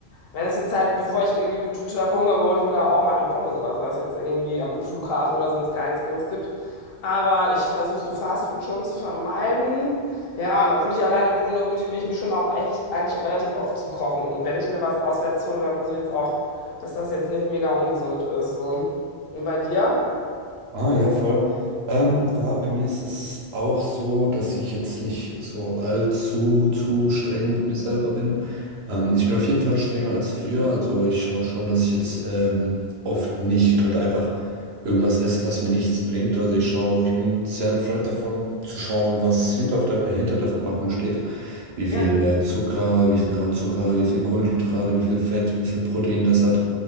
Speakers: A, on the left; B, on the right.
A: Wenn es die Zeit, bevor ich irgendwie gut total verhungere, hole ich mir da auch mal eine Pommes oder sowas jetzt irgendwie am Flughafen oder so, wenn es gar nichts anderes gibt. Aber ich versuche so Fastfood schon zu vermeiden. Ja, und obwohl ich alleine wohne, motiviere ich mich schon auch echt, eigentlich relativ oft zu kochen. Und wenn ich mir was auswärts hole, dann versuche ich jetzt auch, dass das jetzt nicht mega ungesund ist. So. Und bei dir?
B: Ah, ja, voll. Ähm, ja, bei mir ist es auch so, dass ich jetzt nicht so allzu zu streng mit mir selber bin. Ähm, ich bin auf jeden Fall strenger als früher. Also ich schaue schon, dass ich jetzt ähm, oft nicht halt einfach irgendwas esse, was mir nichts bringt. Also ich schaue, ich bin sehr ein Freund davon, zu schauen, was hinter, auf der, äh, hinter der Verpackung steht. Wie viel
A: Ja.
B: äh, Zucker, wie viel Gramm Zucker, wie viel Kohlenhydrate, wie viel Fett, wie viel Protein das hat.